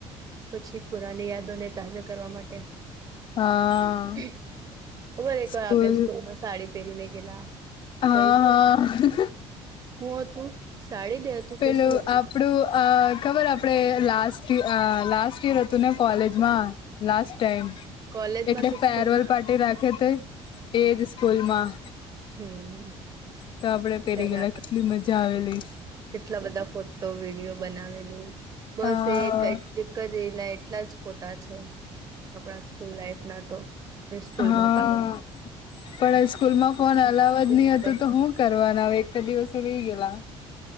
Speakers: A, on the right; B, on the left.
A: પછી પુરાની યાદોને તાજા કરવા માટે.
B: હા
A: ખબરે એકવાર
B: સ્કૂલ
A: આપણે સ્કૂલમાં સાડી પહેરીને ગેલા
B: હા
A: કઈ હું
B: હા
A: હતું હું હતું સાડી ડે હતું
B: પેલું
A: કે શું
B: આપ
A: હતું
B: આપડું અ ખબરે આપડે લાસ્ટ અ લાસ્ટ યર હતું ને કોલેજમાં? Last time.
A: કોલેજમાં
B: એટલે
A: કે
B: ફેરવલ
A: સ્કૂલમાં
B: પાર્ટી રાખે તે એજ સ્કૂલમાં.
A: હમ હમ
B: તો આપડે પેરી
A: ત્યારે
B: ગેલા
A: આપણે
B: કેટલી મજા આવેલી.
A: કેટલા બધા ફોટો વિડીયો બનાવેલું બસ
B: હા
A: એક <inaudible> કરેલા એટલા જ ફોટા છે. આપણા સ્કૂલ લાઈફના તો મે સ્કૂલમાં
B: હા
A: પાડેલા એ.
B: પણ સ્કૂલમાં ફોન અલાવ જ
A: બી
B: ની
A: નહી
B: હતું
A: મળે.
B: તો હું કરવાના હવે એક જ દીવસ તો વી ગયેલા.